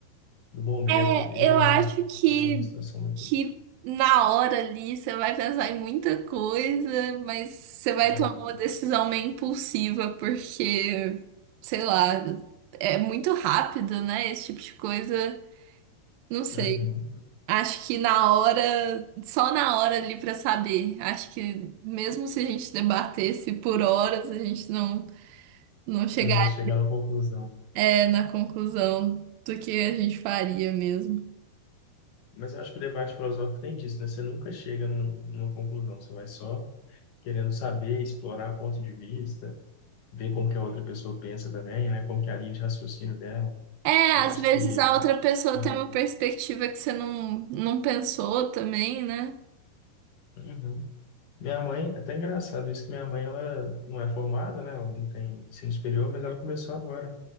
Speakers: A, on the left (about 60°); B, on the right (about 75°).
A: do momento
B: É,
A: ali,
B: eu
A: né?
B: acho que,
A: É uma situação muito.
B: que na hora ali você vai pensar em muita coisa, mas você vai
A: É,
B: tomar uma decisão meio impulsiva, porque, sei lá, é muito rápido, né? Esse tipo de coisa. Não sei.
A: uhum.
B: Acho que na hora, só na hora ali pra saber. Acho que mesmo se a gente debatesse por horas, a gente não, não chegaria,
A: Não ia chegar na conclusão.
B: é, na conclusão do que a gente faria mesmo.
A: Mas eu acho que o debate filosófico tem disso, né? Você nunca chega num- numa conclusão, você vai só querendo saber, explorar ponto de vista, ver como que a outra pessoa pensa também, né? Como que é a linha de raciocínio dela.
B: É,
A: Eu
B: às
A: acho
B: vezes
A: que.
B: a outra pessoa
A: é,
B: tem uma perspectiva que você não, não pensou também, né?
A: uhum. Minha mãe, é até engraçado isso que minha mãe, ela não é formada, né? Ela não tem ensino superior, mas ela começou agora